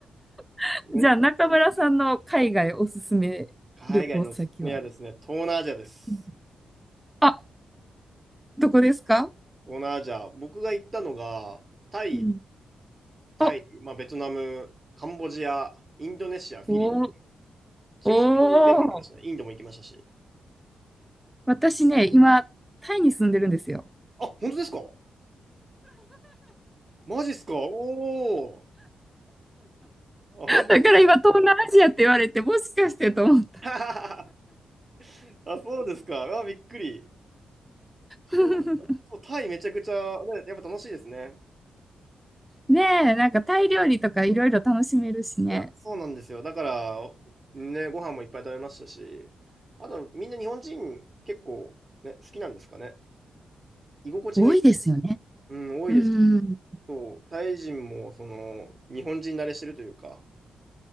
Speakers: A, in the centre; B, on the right.
A: <laughs>
B: めっちゃいい。
A: じゃあ、中村さんの海外おすすめ旅行先は
B: 海外のおすすめはですね、東南アジアです。
A: うんあ、どこですか
B: 東南アジア。僕が行ったのが、タイ、
A: うん。
B: タイ、
A: お、
B: まあ、ベトナム、カンボジア、インドネシア、フィリピン。
A: おー、
B: 基本的に全部行きましたね。
A: おー。
B: インドも行きましたし。
A: 私ね、今、タイに住んでるんですよ。
B: あ、本当ですかおマジっすかおおー。あ、本当です
A: だから今、東南アジアって言われて、もしかしてと思った。
B: か <laughs> あ、そうですか。あ、びっくり。
A: <laughs>
B: そうなんですか。そう、タイめちゃくちゃ、ね、やっぱ楽しいですね。
A: ねえ、なんかタイ料理とかいろいろ楽しめるしね。
B: いや、そうなんですよ。だから、ね、ご飯もいっぱい食べましたし、あと、みんな日本人結構、ね、好きなんですかね。居心地がいい、
A: 多いですよね。
B: うん、多いです。
A: うん。
B: そう、タイ人も、その、日本人慣れしてるというか。